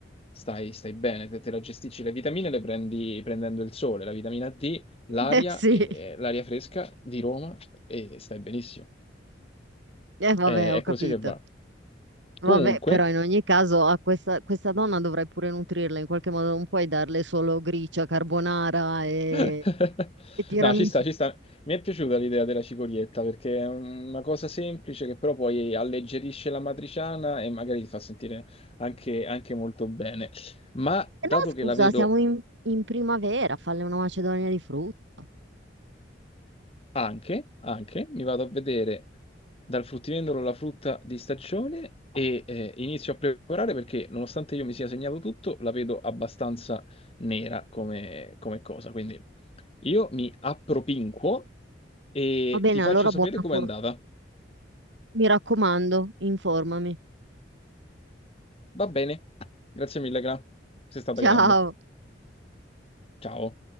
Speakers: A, on the left; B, on the right.
A: stai, stai bene, te, te la gestisci, le vitamine le prendi prendendo il sole, la vitamina D, l'aria,
B: <laughs> Eh sì,
A: e l'aria fresca di Roma e stai benissimo.
B: eh vabbè,
A: Eh,
B: ho
A: è
B: capito.
A: così che va.
B: Vabbè,
A: Comunque,
B: però in ogni caso a questa, questa donna dovrai pure nutrirla in qualche modo, non puoi darle solo gricia, carbonara e
A: <laughs>
B: E tiramisù.
A: No, ci sta, ci sta. Mi è piaciuta l'idea della cicorietta perché è una cosa semplice che però poi alleggerisce la matriciana e magari ti fa sentire anche, anche molto bene. Ma dato
B: E no, scusa,
A: che la vedo
B: siamo in, in primavera, falle una macedonia di frutta.
A: anche, anche, mi vado a vedere dal fruttivendolo la frutta di stagione e eh, inizio a preparare perché nonostante io mi sia segnato tutto, la vedo abbastanza nera come, come cosa. Quindi Io mi appropinquo e
B: Va bene,
A: ti faccio
B: allora
A: sapere
B: buona
A: com'è
B: fortuna.
A: andata.
B: Mi raccomando, informami.
A: Va bene. Grazie mille, Gra. Sei stata
B: Ciao.
A: grande. Ciao.